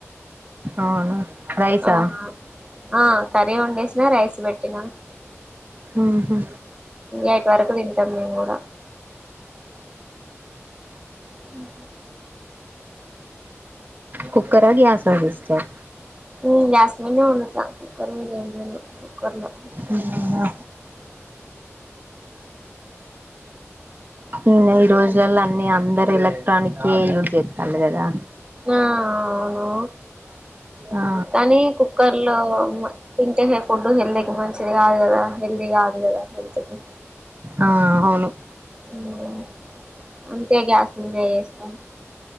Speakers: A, on the right; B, on the right.
A: అవునా రైసా
B: ఆ ఆ కర్రీ వండేసినా రైస్ పెట్టినా
A: మ్మ్ హు
B: ఎయిట్ వరకు తింటం మేము గూడా ఉ
A: కుక్కర్ ఆ గ్యాస్ ఆ సిస్టర్
B: మ్ గ్యాస్ మీదనే ఒండుతా కుక్కర్ మీద వండను కుక్కర్ లో
A: అవునా, మ్ న ఈ రోజులల్ల అన్నీ అందరు ఎలక్ట్రానిక్ ఏ యూజ్ జేత్తాల్లు కదా
B: ఆ అవును
A: ఆ
B: కానీ కుక్కర్ లో తింటేే ఫుడ్ హెల్త్ కి మంచిది కాదు కదా హెల్తీ కాదు కదా హెల్త్ కి
A: ఆ అవును
B: హమ్ అంతే గ్యాస్ ఎంజాయ్ చేస్తాం